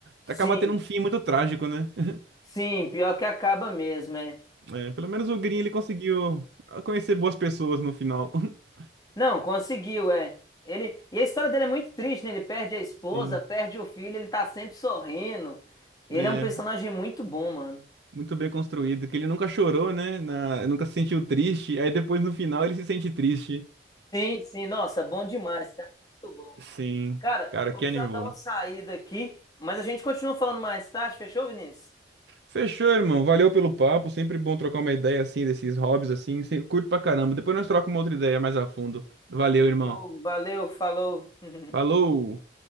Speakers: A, on the right (about 70°); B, on the left (about 20°).
A: Acaba
B: Sim,
A: tendo um fim muito trágico, né? <laughs>
B: sim, pior que acaba mesmo, é.
A: É, pelo menos o Green ele conseguiu conhecer boas pessoas no final. <laughs>
B: Não, conseguiu, é. Ele, e a história dele é muito triste, né? Ele perde a esposa,
A: Sim.
B: perde o filho, ele tá sempre sorrindo. Ele
A: É,
B: é um personagem muito bom, mano.
A: muito bem construído. Que ele nunca chorou, né? Na, nunca se sentiu triste. Aí depois no final ele se sente triste.
B: Sim, sim, nossa, bom demais, cara. Muito bom.
A: Sim.
B: Cara,
A: Cara,
B: vou
A: que
B: precisar
A: anime
B: dar
A: bom.
B: uma saída aqui, mas a gente continua falando mais tarde, fechou, Vinícius?
A: Fechou, irmão. Valeu pelo papo. Sempre bom trocar uma ideia assim desses hobbies assim. Sempre curto pra caramba. Depois nós trocamos uma outra ideia mais a fundo. Valeu, irmão.
B: Show, valeu, falou. <laughs>
A: Falou!